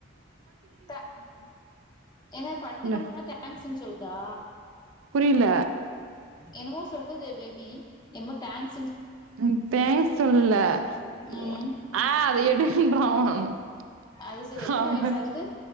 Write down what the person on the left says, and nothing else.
தே ஏங்க பட்த்துக்கோணு
சொன்னா தேங்க்ஸ்ன் சொல்தா
என்னுமோ சொல்லுதே பேபி என்மோ தேங்
ம்
அது சரி எத்தன
வயசு ஆகுது